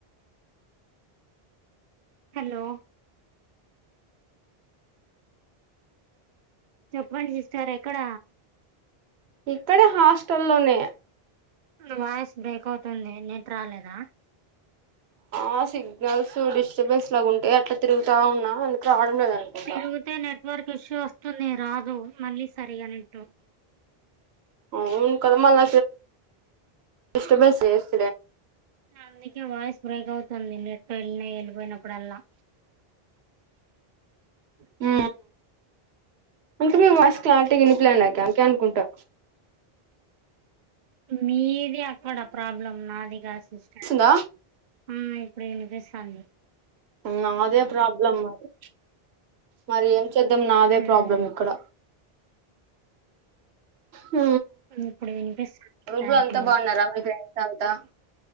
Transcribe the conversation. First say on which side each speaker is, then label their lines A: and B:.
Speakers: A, on the right; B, on the right.
A: hello చెప్పండి సిస్టార్ ఎక్కడ
B: ఇక్కడే హాస్టల్లోనే
A: వాయిస్ బ్రేక్ అవుతుంది నెట్ రాలేదా
B: ఆ సిగ్నల్స్ డిస్టర్బెన్స్ లాగా ఉంటాయి అట్లా తిరుగుతా ఉన్నా అందుకు రావడం లేదు అనుకుంటా
A: తిరిగితే నెట్వర్క్ ఇష్యూ వస్తుంది రాదు మళ్ళీ సరిగా నెట్
B: అవును కద మల్ డిస్టబెన్స్ చేస్త
A: అందుకే వాయిస్ బ్రేక్ అవుతుంది నెట్ వెళ్ళ వెళ్ళిపోయినప్పుడల్లా
B: హ ఇంకా మీ వాయిస్ క్లారిటీ వినిపిలే అందుకే అనుకుంటా
A: మీది అక్కడ ప్రాబ్లం నాది కాదు సిస్
B: వస్తుంద
A: ఆ ఇప్పుడు వినిపిస్తుంది
B: నాదే ప్రాబ్లం మరి మరి ఏం చేద్దాం నాదే
A: ఉమ్
B: ప్రాబ్లం ఇక్కడ హ
A: ఇప్పుడు వినిపిస్తుంది
B: రూమ్లో
A: క్లారిటీగా
B: అంతా బాగున్నారా మీ ఫ్రెండ్స్ అంతా